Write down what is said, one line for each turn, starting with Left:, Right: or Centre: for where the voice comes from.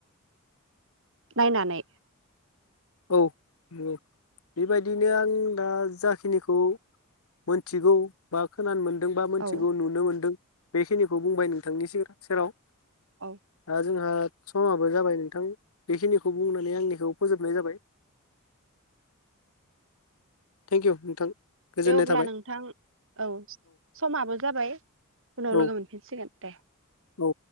Right: नायनानै
Left: औ मो बेबायदिनो आं दा जाखिनिखौ मोनथिगौ बा खोनानो मोन दों बा मिथिगौ
Right: औ
Left: नुनो मोन्दों बेखिनिखौ बुंबाय नोंथांनि सिर सेराव
Right: औ
Left: दा जोंहा समाबो जाबाय नोंथां बेखिनिखौ बुंनानै आंनिखौ फोजोबनाय जाबाय। थेंक इउ नोंथां। गोजोननाय
Right: दे अब्ला
Left: थाबाय
Right: नोंथां औ समाबो जाबाय उनाव
Left: औ
Right: लोगो मोनफिनसिगोन दे।
Left: औ